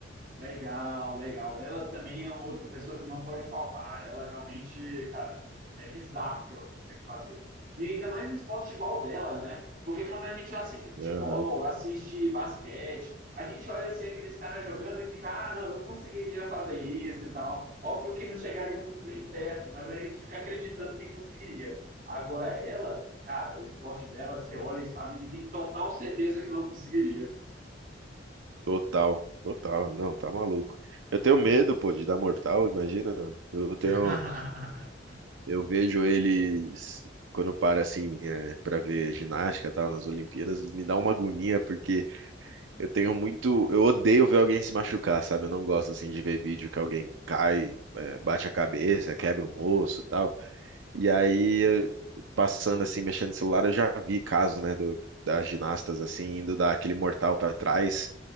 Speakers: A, on the right (about 50°); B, on the right (about 85°).
A: Legal, legal. Ela também é uma outra pessoa que não pode faltar. Ela realmente, cara, é bizarro o que ela consegue fazer. E ainda mais um esporte igual dela, né? Porque quando a gente assiste futebol,
B: Aham.
A: assiste basquete, a gente olha assim aqueles caras jogando e fica, ah, não, eu conseguiria fazer isso e tal. Óbvio que não chegaríamos nem perto, mas a gente fica acreditando que conseguiria. Agora ela, cara, o esporte dela, você olha e sabe que tem total certeza que não conseguiria.
B: Total, total. Não, tá maluco. Eu tenho medo, pô, de dar mortal, imagina. Eu tenho,
A: <laughs>
B: eu vejo eles quando eu paro assim, é, para ver ginástica, tal, nas Olimpíadas, me dá uma agonia porque Eu tenho muito. Eu odeio ver alguém se machucar, sabe? Eu não gosto assim de ver vídeo que alguém cai, é, bate a cabeça, quebra um osso e tal. E aí, eu- passando assim, mexendo no celular, eu já vi caso, né, do, das ginastas assim, indo dar aquele mortal pra trás,